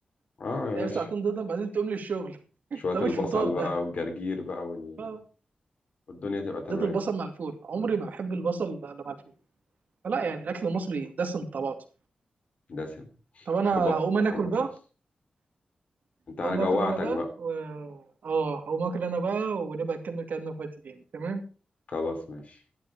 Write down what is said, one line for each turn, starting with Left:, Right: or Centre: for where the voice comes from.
Left: اه يا
Right: تقيل
Left: باشا
Right: ساعتين تهضم بعدين تقوم للشغل
Left: شوية
Right: ده
Left: البصل
Right: مش فطار ده
Left: بقى والجرجير بقى وال...
Right: آه،
Left: والدنيا تبقى تمام
Right: زيت البصل مع الفول عمري ما بحب البصل الا مع الفول فلا يعني الاكل المصري دسم بطبعاته
Left: دسم
Right: طب انا
Left: شوية بق-
Right: هقوم انا
Left: شوية
Right: اكل
Left: بطاطس
Right: بقى
Left: انت انا
Right: هقوم
Left: جوعتك
Right: اكل انا بقى
Left: بقى
Right: و... اه هقوم اكل انا بقى ونبقى نكمل كلامنا في وقت تاني تمام
Left: خلاص ماشي